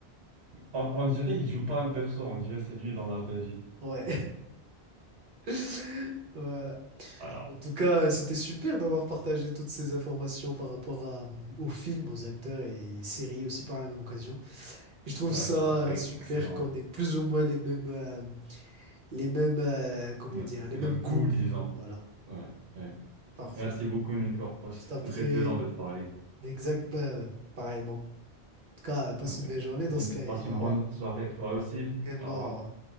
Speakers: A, on the right (about 75°); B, on the right (about 55°).
A: On, on dirait il joue pas un perso, on dirait c'est lui dans la vraie vie.
B: Ouais. <laughs> Voilà.
A: Alors,
B: En tout cas, euh, c'était super d'avoir partagé toutes ces informations par rapport à, euh, aux films, aux acteurs et séries aussi par la même occasion. Et je trouve
A: ouais,
B: ça
A: c'était
B: euh, super
A: excellent.
B: qu'on ait plus ou moins les mêmes, euh, les mêmes, euh, comment
A: Ouais,
B: dire, les
A: C'est
B: mêmes
A: même
B: goûts.
A: cool, disons.
B: Voilà,
A: Ouais, ouais.
B: parfait.
A: Merci beaucoup, Nicolas.
B: Je t'en
A: C'était
B: prie,
A: plaisant de te parler.
B: exact, ben, pareillement. En tout cas, euh, passe
A: Ouais.
B: une belle journée
A: Passe
B: dans
A: une
B: ce cas
A: passe
B: et
A: une
B: au revoir.
A: bonne soirée, toi aussi.
B: Également,
A: Au revoir.
B: au revoir.